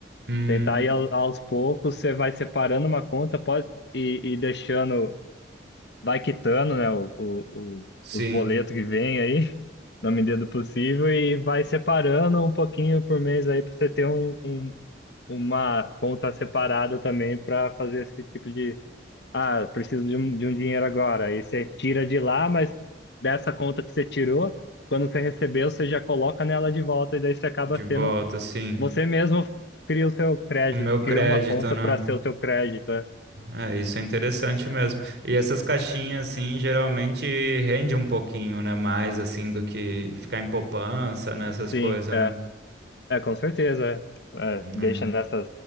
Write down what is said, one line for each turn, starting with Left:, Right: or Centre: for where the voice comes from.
Right: Hum,
Left: Tentar ir ao- aos poucos, você vai separando uma conta, pode e, e deixando, vai quitando, né, o, o, o-
Right: sim,
Left: os boletos que vem aí, <laughs> na medida do possível, e vai separando um pouquinho por mês aí para você ter um, um- uma conta separada também para fazer esse tipo ah, preciso de um, de um dinheiro agora. Aí você tira de lá, mas dessa conta que você tirou, quando você recebeu, você já coloca nela de volta e daí você acaba
Right: de volta,
Left: tendo.
Right: sim.
Left: Você mesmo cria o seu crédito,
Right: O meu crédito,
Left: cria uma conta
Right: né?
Left: para ser o seu crédito. é.
Right: É, é, isso é interessante mesmo. E essas caixinhas, assim, geralmente rende um pouquinho, né? Mais, assim, do que ficar em poupança, né? Essas
Left: Sim,
Right: coisas,
Left: é,
Right: né?
Left: é com certeza. É,
Right: Hum.
Left: deixa nessa,